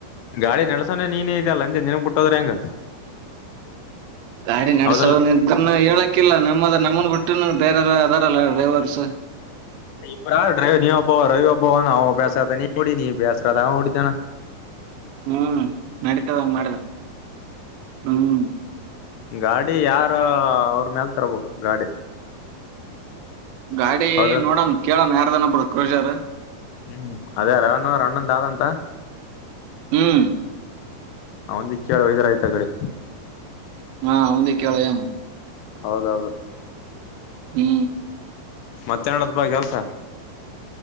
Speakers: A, on the left (about 80°); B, on the right (about 80°).
A: ಗಾಡಿ ನೆಡ್ಸೋಣ ನೀನೇ ಇದಲ್ಲ ಅಂದೆ ನಿನ್ಗ್ ಬಿಟ್ಟೋದ್ರೆ ಹೆಂಗ
B: ಗಾಡಿ ನಡ್ಸವನ
A: ಹೌದಲ್ಲ
B: ಇದನ್ನ ಹೇಳಕಿಲ್ಲ ನಮ್ಮದ ನಮ್ಮನ್ ಬಿಟ್ಟು ಬೇರೆ ಅದಾರಲ್ಲ ಡ್ರೈವರ್ಸ್
A: ಇ ನೀವಬ ರವಿ ಒಬ್ಬವ್ನೆ ಅವನು ಬಸ್ರದೆ ನೀಡಿ ನೀ ಬೇಸದೆ ಅವನು ಉಡಿತಾನ <inaudible>
B: ಹ್ಮ್ ನಡತದಂಗ <unintelligible> ಮಾಡಿದ್ರ ಹ್ಮ್
A: ಗಾಡಿ ಯಾರ ಅವ್ರ ಮೇಲ್ ತರ್ಬೇಕು ಗಾಡಿ
B: ಗಾಡಿ
A: ಹೌದಲ್
B: ನೋಡಣ ಕೇಳಣ ಯಾರ್ ಜನ ಬರುತ್ <unintelligible>
A: ಹ್ಮ್ ಅದೇ <unintelligible> ಅವರ ಅಣ್ಣಂದ್ ದಾದಂತ
B: ಹ್ಮ್
A: <unintelligible> ಗಾಡಿ
B: ಹಾ ಅವನದೇ ಕೇಳ ಎಂ
A: ಹೌದೌದು
B: ಹ್ಮ್
A: ಮತ್ತ್ಯಾಣ <unintelligible> ಬ ಕೆಲ್ಸ